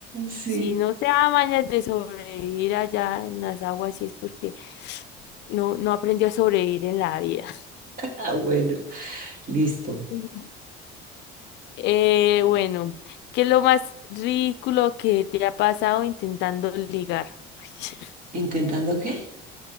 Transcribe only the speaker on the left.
Si no te da mañas de sobrevivir allá en las aguas, sí es porque no, no aprendió a sobrevivir en la vida.
<laughs> Eh, bueno, ¿qué es lo más ridículo que te ha pasado intentando ligar? <laughs>